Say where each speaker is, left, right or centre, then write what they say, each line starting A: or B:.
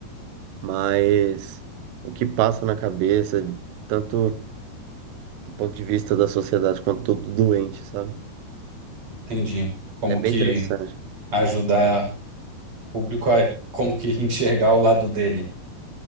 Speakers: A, on the right; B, on the right.
A: Mas o que passa na cabeça, tanto do ponto de vista da sociedade quanto do doente, sabe?
B: Entendi. Como
A: É bem
B: que
A: interessante.
B: ajudar o público a como que <laughs> enxergar o lado dele.